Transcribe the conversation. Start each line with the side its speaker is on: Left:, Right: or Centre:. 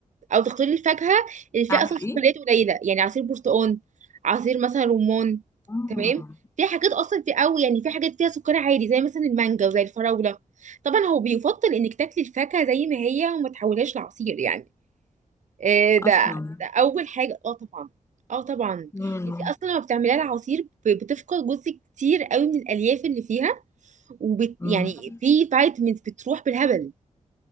Right: او تختاري الفاكهه اللي فيها
Left: اعمل
Right: اصلا
Left: ايه
Right: شوكولاته قليله يعني عصير برتقال عصير مثلا رمان
Left: آه.
Right: تمام في حاجات اصلا في قوي يعني في حاجات فيها سكر عالي زي مثلا المانجا وزي الفراوله طبعا هو بيفضل انك تاكلي الفاكهه زي ما هي وما تحولهاش لعصير يعني إيه ده,
Left: اصلا
Right: ده اول حاجه اه طبعا اه طبعا
Left: مم.
Right: انت اصلا لما بتعمليها العصير ب- بتفقد جزء كتير قوي من الالياف اللي فيها وبت
Left: مم.
Right: يعني في فيتامينز بتروح بالهبل